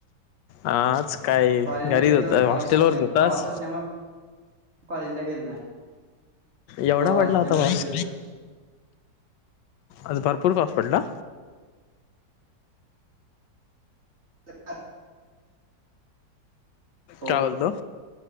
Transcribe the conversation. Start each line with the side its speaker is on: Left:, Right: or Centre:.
Left: आज काय
Right: कॉलेजला
Left: घरीच
Right: गेलो
Left: होता
Right: नव्हतो पाऊस
Left: हॉस्टेलवरच
Right: असल्या
Left: होतास
Right: पाऊस असल्यामुळे. कॉलेजला गेलो ना.
Left: एवढा
Right: हो
Left: पडला
Right: आज
Left: होता
Right: त्याल्यावर
Left: पाऊस
Right: तेच होत.
Left: आज भरपूर पाऊस पडला?
Right: <inaudible> हो
Left: काय बोलतो